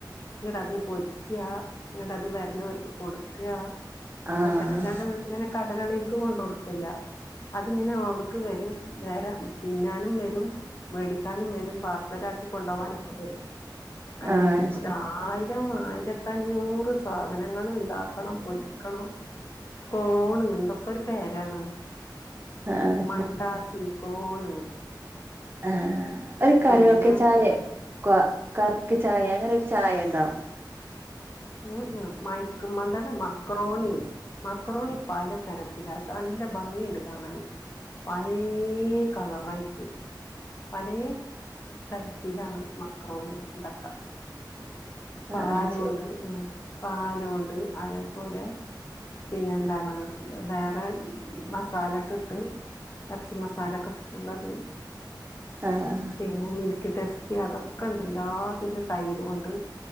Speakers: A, on the left; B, on the right.
A: ഇന്നിട്ട് അത് പൊരിക്ക ഇന്നിട്ട് അത് വെര്ണോര്ക്ക് കൊടുക്കാ
B: ആഹ്
A: അക്കേണ് അല്ലാണ്ടെ ഇങ്ങനെ കടകളീക്ക് കൊണ്ടൊടുക്കല്ല അതിങ്ങനെ അവട്ക്ക് വരും വേറെ തിന്നാനും വരും മേടിക്കാനും വരും പാർസല് ആക്കി കൊണ്ടുപോകാനൊക്കെ വരും അങ്ങനേണ്
B: ആഹ് ശരി
A: ഒരായ് രം ആയിരത്തഞ്ഞൂറ് സാധനങ്ങൾ ഇണ്ടാക്കണം പൊരിക്കണം കോണ് എന്തൊക്കെ ഒരു പേരാണ്
B: ആഹ്
A: മണ്ടാസി
B: ശരി
A: കോണ്
B: ആഹ് ഒരു കരോക്കെ
A: പിന്നെ
B: ചായെ കറുക്ക് ചായേ അങ്ങനെ ഒരു ചായ ഇണ്ടോ
A: ഉം ഉം മയക്കുമ്മന്താണ് മക്രോണി മക്രോണി പലതരത്തിലാ അത് നല്ല ഭംഗിണ്ട് കാണാൻ പലേ കളറായിട്ട് പലേ തരത്തിലാണ് മക്രോണി ഇണ്ടാക്ക
B: ആഹ്
A: പാലുംണ്ട്
B: ആഹ് ശരി
A: ഉം പാലും ഇണ്ട് അതേപോലെ പിന്നെ എന്താണ് വേറെ മസാല ഇട്ടിട്ട് ഇറച്ചി മസാലൊക്കെ ഇട്ടിട്ട്ള്ളത്
B: ആഹ
A: പിന്നെ മിൽക്ക് ടെസ്റ്റ് അതൊക്കെ ഇണ്ട് എല്ലാത്തിനും തൈരുംണ്ട്